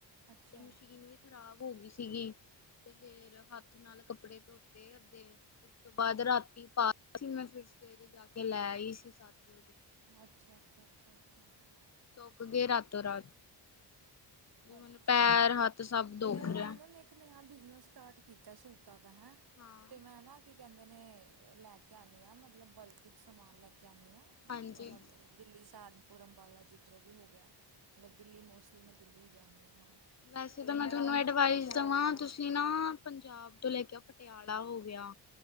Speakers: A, on the right (about 55°); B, on the left (about 35°).
A: ਅੱਛਾ
B: ਤੇ ਮਸ਼ੀਨ ਵਿੱਚ ਖ਼ਰਾਬ ਹੋ ਗਈ ਸੀਗੀ। ਤੇ ਫੇਰ ਹੱਥ ਨਾਲ ਕੱਪੜੇ ਧੋਤੇ ਤੇ ਉਸ ਤੋਂ ਬਾਅਦ ਰਾਤੀ ਪਾ ਸੀ। ਮੈਂ ਫਿਰ ਸਵੇਰੇ ਜਾ ਕੇ ਲੈ ਆਈ ਸੀ। ਸੱਤ ਵਜੇ
A: ਅੱਛਾ-ਅੱਛਾ, ਅੱਛਾ। ਅੱਛਾ
B: ਸੁੱਕ ਗਏ, ਰਾਤੋਂ ਰਾਤ। ਹੁਣ
A: ਅੱਛਾ।
B: ਪੈਰ ਹੱਥ ਸਭ ਦੁਖ
A: ਯਾਰ
B: ਰਿਹਾ।
A: ਮੈਂ ਨਾ ਇੱਕ ਨੇ ਆ ਬਿਜਨਸ ਸਟਾਰਟ ਕੀਤਾ ਸੂਟਾਂ ਦਾ ਹੈ।
B: ਹਾਂ
A: ਤੇ ਮੈਂ ਨਾ ਕਹਿੰਦੇ ਨੇ ਲੈ ਕੇ ਆਉਂਦੀ ਹਾਂ। ਮਤਲਬ, ਬਲਕ ਵਿੱਚ ਸਮਾਨ ਲੈ ਕੇ ਆਉਂਦੀ ਹਾਂ।
B: ਹਾਂਜੀ-ਹਾਂਜੀ।
A: ਮਤਲਬ ਦਿੱਲੀ ਸਹਾਰਨਪੁਰ ਅੰਬਾਲਾ ਜਿੱਧਰੋਂ ਵੀ ਹੋ ਗਿਆ। ਮਤਲਬ, ਦਿੱਲੀ ਮੋਸਟਲੀ ਮੈਂ ਦਿੱਲੀ ਹੀ ਜਾਂਦੀ ਹਾਂ। ਹੁਣ
B: ਵੈਸੇ,
A: ਤੇ
B: ਤਾਂ ਮੈਂ ਤੁਹਾਨੂੰ ਐਡਵਾਈਸ
A: ਨਾ ਗਰੁੱਪ 'ਚ
B: ਦੇਵਾਂ।
A: ਐਡ ਕਰ
B: ਤੁਸੀਂ ਨਾ ਪੰਜਾਬ ਤੋਂ ਲੈ ਕੇ ਆ ਪਟਿਆਲਾ ਹੋ ਗਿਆ।